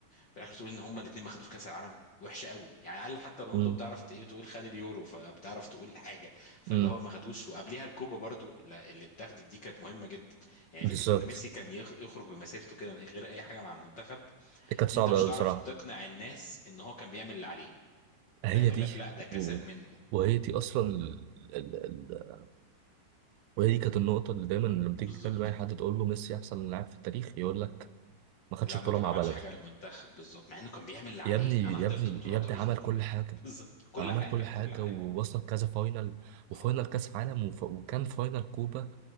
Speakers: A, on the left; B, on the right.
A: في الاخر تقول ان هما الاثنين ما خدوش كاس العالم وحشه قوي يعني اقل حتى رونالدو
B: مم.
A: بتعرف ت- ايه تقول خد اليورو فبتعرف تقول حاجه فاللي
B: مم.
A: هو ما خدوش وقبليها الكوبا برضو لا- اللي اتاخدت دي كانت مهمه جدا يعني
B: بالظبط
A: فكره ان ميسي كان يخ- يخرج بمسيرته كده من غير اي حاجه مع المنتخب
B: دي كانت صعبة
A: انت مش
B: أوي
A: هتعرف
B: بصراحة
A: تقنع الناس ان هو كان بيعمل اللي عليه
B: هي
A: ده هيقول
B: دي
A: لك لا ده كسل
B: و...
A: منه
B: وهي دي أصلا ال... ال... ال... وهي دي كانت النقطة اللي دايما لما تيجي
A: بالظبط
B: تكلم أي حد تقول له ميسي أحسن لاعب في التاريخ يقول لك ما خدش
A: لا
B: بطولة
A: ما
B: مع
A: عملش
B: بلده
A: حاجه للمنتخب بالظبط مع انه كان بيعمل اللي عليه
B: يا ابني
A: انا حضرت
B: يا ابني
A: بطولات
B: يا ابني
A: الارجنتين
B: عمل
A: كلها
B: كل حاجة
A: <laughs> بالظبط كل
B: عمل
A: حاجه
B: كل حاجة
A: كل حاجه
B: ووصل كذا فاينل وفاينل
A: اه
B: كأس عالم وف... وكان فاينل كوبا